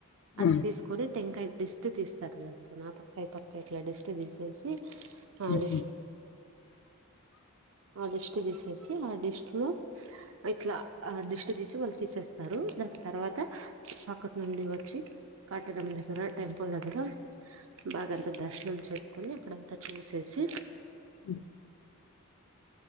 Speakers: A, on the left; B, on the right.
A: హ్మ్
B: అది తీసుకొని టెంకాయ డిస్ట్ తీస్తారుదంటు నా పక్కా పక్కా ఇట్లా డిస్ట్ తీసేసి అడి
A: హ్మ్ హుహు.
B: అడిష్ ట్ తీసేసి ఆ డిస్ట్ లో ఇట్లా ఆ డిస్ట్ తీసి వాళ్ళు తీసేస్తారు దాని తర్వాత పకట్ నుండి వచ్చి కట ద దగర టెంపుల్ దగ్గర బాగాంత దర్శనం చేసుకుొని అక్కడంతా చూసేసి
A: హ